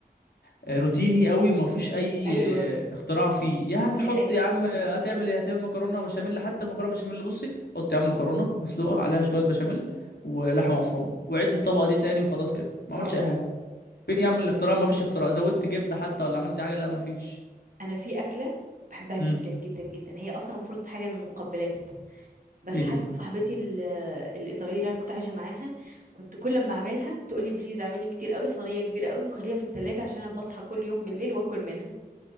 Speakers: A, on the left; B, on the right.
A: آه، روتيني قوي ما فيش اي
B: ايوه
A: آه، اختراع فيه يعني حط
B: يا حبيبي
A: يا عم آه، هتعمل ايه هتعمل مكرونه بشاميل حتى المكرونه بشاميل بصي حط يا عم مكرونه مسلوقه عليها شويه بشاميل ولحمه مفرومه وعد الطبقه دي تاني وخلاص كده ما
B: اه
A: عملش اي حاجه فين يا عم الاختراع ما فيش اختراع زودت جبنه حتى ولا عملت حاجه لا ما فيش
B: انا في اكله بحبها
A: امم
B: جدا جدا جدا هي اصلا المفروض حاجه من المقبلات بس
A: ايه
B: حتى
A: دي
B: صاحبتي ال- الايطاليه اللي انا كنت عايشه معاها كنت كل ما اعملها تقول لي بليز اعملي كتير قوي صينيه كبيره قوي وخليها في التلاجة عشان انا بصحى كل يوم بالليل واكل منها